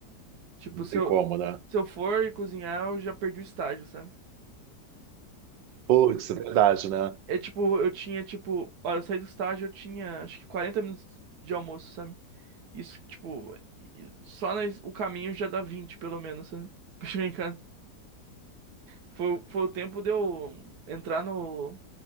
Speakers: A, on the right; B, on the right.
A: Tipo,
B: não
A: se
B: tem
A: eu,
B: como, né?
A: se eu for cozinhar, eu já perdi o estágio, sabe?
B: Putz, é verdade, né?
A: É tipo, eu tinha, tipo, olha, eu saí do estágio, eu tinha acho que 40 minutos de almoço, sabe? Isso, tipo, e- só na- o caminho já dá 20 pelo menos, sabe? <laughs> Pra chegar em casa. Foi, o- foi o tempo de eu entrar no,